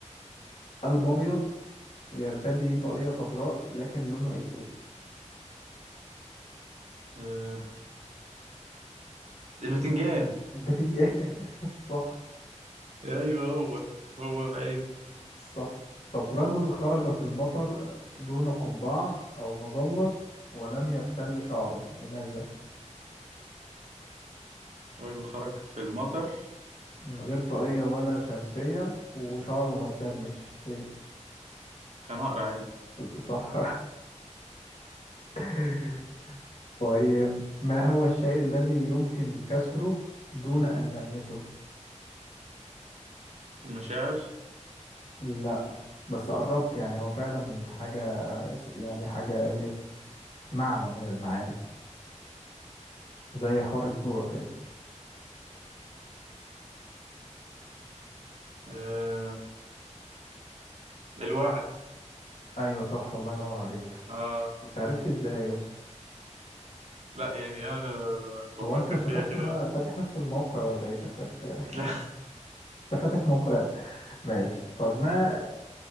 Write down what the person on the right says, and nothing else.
آه البتنجان
أيوه هو هو بعيب
رجل خرج في المطر
كان أقرع عادي
المشاعر
آه الوعد
آه
لا يعني أنا بفكر
فيها كده
لا